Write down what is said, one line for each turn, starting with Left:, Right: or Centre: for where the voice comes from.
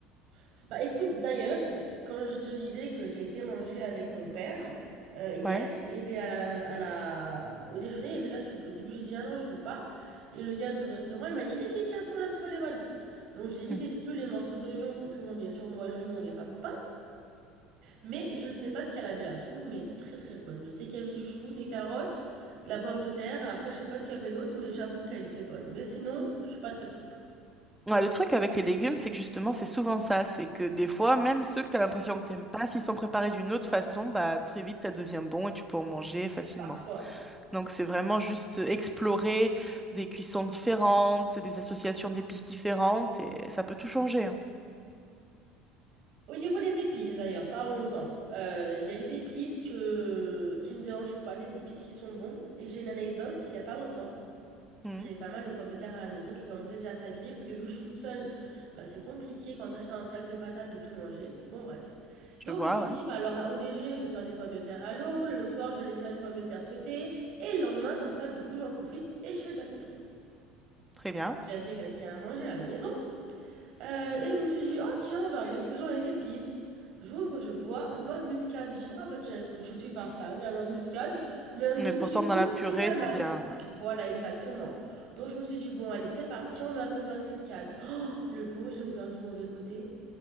Right: c'est bah, écoute, d'ailleurs, quand je te disais que j'ai été manger avec mon père, heu, hier
Centre: Ouais.
Right: et beh, à la à la au déjeuner, il y avait de la soupe. Au début, j'ai dit: «Ah non, je veux pas» et le gars du restaurant, il m'a dit: «Si, si, tiens, prends la soupe, elle est bonne». Donc j'ai vite
Centre: Mm.
Right: exclu les morceaux d'oignon parce que bon, bien sûr, moi, l'oignon, on n'est pas copains mais je ne sais pas ce qu'elle avait la soupe, mais elle était très très bonne. Je sais qu'il y avait du chou, des carottes, de la pomme de terre. Après, je sais pas ce qu'il y avait d'autre, mais j'avoue qu'elle était bonne. Mais sinon, je suis pas très soupe.
Centre: Ouais, le truc avec les légumes, c'est que justement, c'est souvent ça. C'est que des fois, même ceux que tu as l'impression que t'aimes pas, s'ils sont préparés d'une autre façon, bah très vite, ça devient bon et tu peux en manger facilement.
Right: Parfois.
Centre: Donc, c'est vraiment juste explorer des cuissons différentes, des associations d'épices différentes et ça peut tout changer. hein.
Right: Au niveau des épices d'ailleurs, parlons-en. Euh, Il y a des épices que qui ne me dérangent pas, des épices qui sont bons. Et j'ai une anecdote. Il y a pas longtemps,
Centre: Mhm.
Right: J'avais pas mal de pommes de terre à la maison qui commençaient déjà à s'abîmer parce que vu que je suis toute seule, bah c'est compliqué quand t'achètes un sac de patates de tout manger. Bon bref.
Centre: Je
Right: Donc
Centre: vois,
Right: je me suis
Centre: ouais.
Right: dit, bah alors au déjeuner, je vais faire des pommes de terre à l'eau, le le soir, je vais aller faire des pommes de terre sautées, et le lendemain, comme ça, du coup, j'en profite et je fais de la purée.
Centre: Très bien.
Right: J'avais quelqu'un à manger à la maison, euh, et je me suis dit, oh tiens, on va regarder ce que j'ai dans les épices. J'ouvre, je vois noix de muscade. Je dis, ah bah tiens, écoute, je suis pas fan de la noix de muscade, mais un
Centre: Mais
Right: tout
Centre: pourtant,
Right: petit
Centre: dans
Right: peu,
Centre: la purée,
Right: c'est pas
Centre: c'est
Right: mal.
Centre: bien. ouais.
Right: Voilà, exactement. Donc je me suis dit, bon, allez, c'est parti, on met un peu de noix de muscade. Oh, le pot, je l'ai ouvert du mauvais côté.